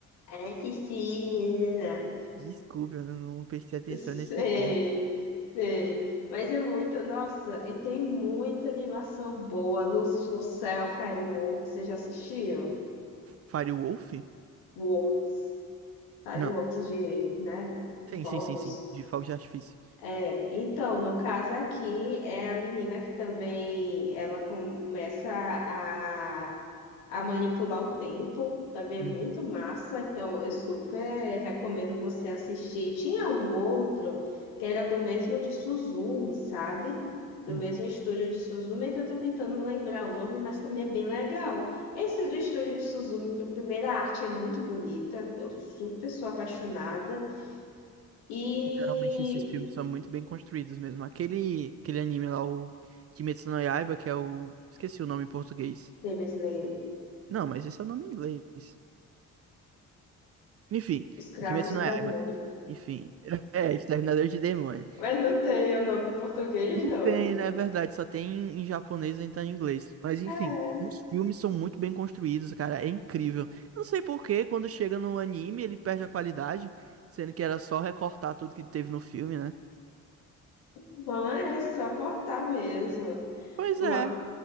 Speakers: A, on the left; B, on the right.
A: Assisti, né?
B: Desculpe, eu não não prestei atenção
A: Sei,
B: nesse ponto.
A: sei. Mas é muito, nossa, e tem muita animação boa. Luzes no Céu, Fireworks, você já assistiu?
B: Firewolf?
A: Works, Fireworks
B: Não.
A: de, né,
B: Sim,
A: fogos.
B: sim, sim, sim. De fogos de artifício.
A: É, então, no caso aqui, é a menina que também, ela começa a a manipular o tempo. Também
B: Uhum,
A: é muito massa, então eu super recomendo você assistir. Tinha um outro que era do mesmo de Suzumi, sabe? Do
B: uhum.
A: mesmo estúdio de Suzumi, é que eu tô tentando lembrar o nome, mas também é bem legal. Esse do estúdio de Suzumi, primeira arte é muito bonita, eu super sou apaixonada. E.
B: Geralmente esses filmes são muito bem construídos mesmo. Aquele, aquele anime lá, o Kimetsu no Yaiba, que é o... Esqueci o nome em português.
A: Demon Slayer,
B: Não, mas esse é o nome em inglês. Enfim,
A: Escravos
B: Kimetsu
A: do
B: no Yaiba.
A: Demônio.
B: Enfim, <laughs> é, Exterminador de demônios
A: Mas não tem o nome em português,
B: Não
A: não.
B: tem, né? É verdade, só tem em japonês e então em inglês. Mas
A: É.
B: enfim, os filmes são muito bem construídos, cara, é incrível. Eu não sei por que quando chega no anime ele perde a qualidade, sendo que era só recortar tudo que teve no filme, né?
A: Não, era só cortar mesmo.
B: Pois
A: mas
B: é,